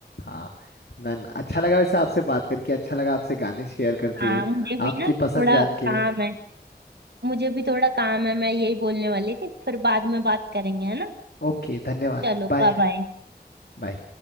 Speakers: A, on the left; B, on the right.
A: हाँ देन अच्छा लगा वैसे आपसे बात करके अच्छा लगा आपसे गाने शेयर करके
B: हाँ मुझे भी
A: आपकी
B: ना थोड़ा
A: पसंद जान के
B: काम है मुझे भी थोड़ा काम है मैं यही बोलने वाली थी फिर बाद में बात करेंगे है ना
A: ओके धन्यवाद
B: चलो
A: बाय
B: बाय बाय
A: बाय